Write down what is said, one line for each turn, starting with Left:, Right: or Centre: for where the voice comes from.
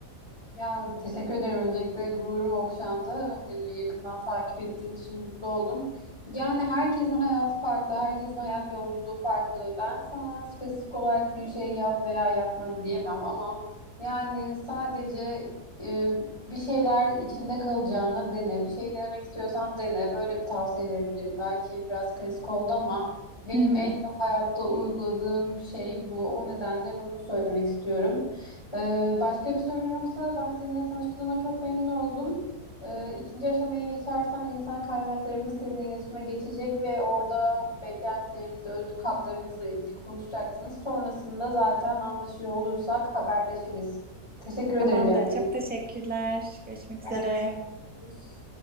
Left: Ya teşekkür ederim. Öncelikle gururum okşandı. Beni yakından takip ettiğin için mutlu oldum. Yani herkesin hayatı farklı, herkesin hayat yolculuğu farklı. Ben sana spesifik olarak bir şey yap veya yapma diyemem ama yani sadece e, bir şeyler içinde kalacağına dene. Bir şey denemek istiyorsan dene. Böyle bir tavsiye verebilirim. Belki biraz klasik oldu ama benim
Centre: Hı hı.
Left: en çok hayatta uyguladığım şey bu. O nedenle bunu söylemek istiyorum. Ee, başka bir sorun yoksa ben seninle tanıştığıma çok memnun oldum. Ee, ikinci aşamaya geçersen insan kaynaklarımız seninle iletişime geçecek ve orada beklentileriniz, özlük haklarınızla ilgili konuşacaksınız. Sonrasında zaten anlaşıyor olursak haberleşiriz. Teşekkür ederim
Centre: Tamamdır.
Left: geldiğiniz
Centre: Çok teşekkürler. Görüşmek
Left: için.
Centre: üzere.
Left: Görüşürüz.